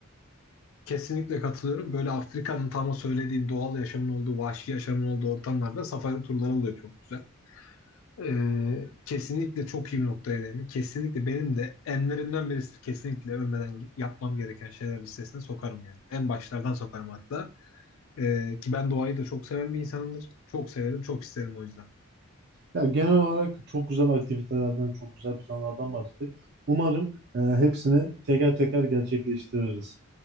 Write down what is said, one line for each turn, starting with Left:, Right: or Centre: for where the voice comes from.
Left: Kesinlikle katılıyorum. Böyle Afrika'nın tam o söylediğin doğal yaşamın olduğu, vahşi yaşamın olduğu ortamlarda safari turları oluyor çok güzel. Ee, kesinlikle çok iyi bir noktaya değindin. Kesinlikle benim de enlerimden birisi. Kesinlikle ölmeden yapmam gereken şeyler listesine sokarım yani. En başlardan sokarım hatta. Ee, ki ben doğayı da çok seven bir insanımdır. Çok severim, çok isterim o yüzden.
Right: Ya genel olarak çok güzel aktivitelerden, çok güzel planlardan bahsettik. Umarım e, hepsini teker teker gerçekleştiririz.